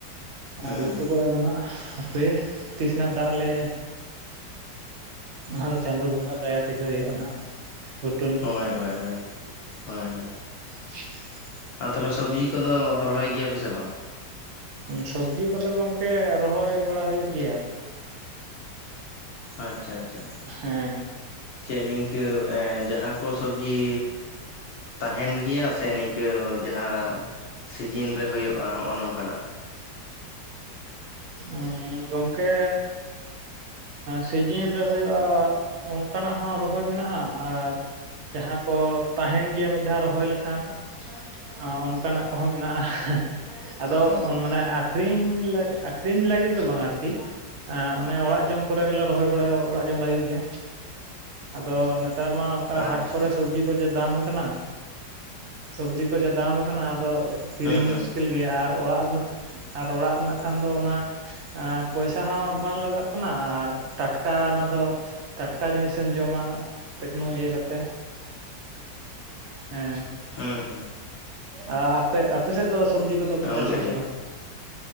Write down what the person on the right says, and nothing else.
ᱟᱨ ᱜᱷᱩᱴᱩ ᱠᱚᱨᱮ ᱫᱚ ᱱᱟᱜ ᱦᱟᱯᱮ ᱛᱤᱥ ᱱᱟᱜ ᱫᱟᱜ ᱟᱞᱮ ᱟ ᱫᱚ ᱪᱟᱸᱫᱚ ᱵᱚᱸᱜᱟ ᱫᱟᱭᱟ ᱛᱮᱜᱮ ᱦᱚᱭᱳᱜ-ᱟ ᱱᱟᱜ ᱜᱷᱩᱴ
<unintelligible>
ᱥᱚᱵᱡᱤ ᱠᱚᱫᱚ ᱜᱚᱝᱠᱮ ᱨᱚᱦᱚᱭ ᱵᱟᱲᱟ ᱦᱚᱭᱳᱜ ᱜᱮᱭᱟ᱾
ᱦᱮᱸ
<inaudible> ᱮ ᱜᱚᱝᱠᱮ ᱥᱤᱡᱤᱱ ᱨᱮ ᱦᱚᱭᱳᱜ-ᱟ ᱚᱱᱠᱟᱱᱟᱜ ᱦᱚᱸ ᱨᱚᱦᱚᱭ ᱢᱮᱱᱟᱜ-ᱟ ᱟᱨ ᱡᱟᱦᱟᱸ ᱠᱚ ᱛᱟᱦᱮᱱ ᱜᱮᱭᱟ ᱢᱤᱫ ᱫᱷᱟᱣ ᱨᱚᱦᱚᱭ ᱞᱮᱠᱷᱟᱱ ᱟ ᱚᱱᱠᱟᱱᱟᱜ ᱠᱚᱦᱚᱸ ᱢᱮᱱᱟᱜ-ᱟ ᱟᱫᱚ
ᱢᱟᱱᱮ ᱟᱠ ᱠᱷᱨᱤᱧ ᱞᱟᱠ ᱟᱠᱷᱨᱤᱧ ᱞᱟᱹᱜᱤᱫ ᱫᱚ ᱵᱟᱝ ᱟᱨᱠᱤ ᱟ ᱚᱱᱮ ᱚᱲᱟᱜ ᱡᱚᱢ ᱠᱚᱨᱮ ᱜᱮᱞᱮ ᱨᱚᱦᱚᱭ ᱵᱟᱲᱟᱭᱟ ᱚᱲᱟᱜ ᱡᱚᱝ ᱞᱟᱹᱜᱤᱫ ᱜᱮ ᱟᱫᱚ ᱱᱮᱛᱟᱨ ᱢᱟ ᱚᱠᱟ
ᱦᱟᱴ ᱠᱚᱨᱮ ᱥᱚᱵᱡᱤ ᱠᱚ ᱡᱮ ᱫᱟᱢ ᱟᱠᱟᱱᱟ ᱥᱚᱵᱡᱤ ᱠᱚ ᱡᱮ ᱫᱟᱢ ᱟᱠᱟᱱᱟ ᱟᱫᱚ ᱠᱤᱨᱤᱧ
ᱢᱩᱥᱠᱤᱞ ᱜᱮᱭᱟ ᱟᱨ ᱟᱨ ᱚᱲᱟᱜ ᱨᱮᱱᱟᱜ ᱟᱨ ᱚᱲᱟᱜ ᱨᱮᱱᱟᱜ ᱠᱷᱟᱱ ᱫᱚ ᱚᱱᱟ ᱯᱚᱭᱥᱟ ᱦᱚᱸ ᱵᱟᱝ ᱞᱟᱜᱟᱜ ᱠᱟᱱᱟ ᱟᱨ ᱴᱟᱴᱠᱟ ᱚᱱᱟ ᱫᱚ ᱴᱟᱴᱠᱟ ᱡᱤᱱᱤᱥᱮᱢ ᱡᱚᱢᱟ ᱛᱮᱠᱱᱳ ᱤᱭᱟᱹ ᱠᱟᱛᱮ ᱦᱮᱸ
ᱟ ᱟᱯᱮ ᱟᱯᱮ ᱥᱮᱫ ᱫᱚ ᱥᱚᱵᱽᱡᱤ ᱠᱚᱫᱚ ᱯᱮ
ᱪᱟᱥᱟᱥᱮ
ᱵᱟᱝ?